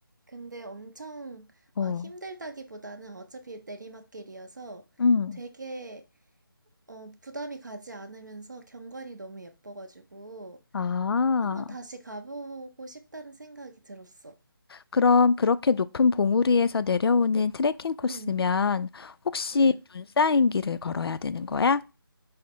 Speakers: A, on the right; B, on the left.
A: 근데 엄청
B: 어,
A: 막 힘들다기보다는 어차피 내리막길이어서
B: 음.
A: 되게 어, 부담이 가지 않으면서 경관이 너무 예뻐가지고
B: 아,
A: 한번 다시 가보고 싶다는 생각이 들었어.
B: 그럼 그렇게 높은 봉우리에서 내려오는 트레킹 코스면
A: 응.
B: 혹시
A: 응.
B: 눈 쌓인 길을 걸어야 되는 거야?